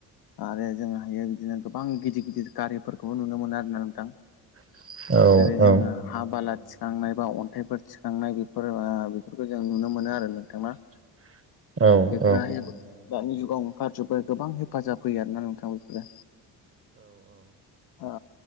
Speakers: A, on the left (about 50°); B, on the right (about 30°).
A: आरो जोंङोहायो बि बिदिनो गोबां गिदिर गिदिर गारिफोरखौबो नुनो मोनो आरोना नोंथां
B: <inaudible>
A: जेरै
B: औ
A: जोंङो हा बाला थिखांनाय बा अन्थाइफोर थिखांनाय बेफोर ओ बेफोरखौ जों नुनो मोनो नों आरो नोंथां ना
B: <inaudible> औ
A: बेफोरहाय
B: औ
A: दानि जुगाव ओंखारजोबबाय गोबां हेब हेफाजाब होयो आरोना नोंथां बेफोरो औ।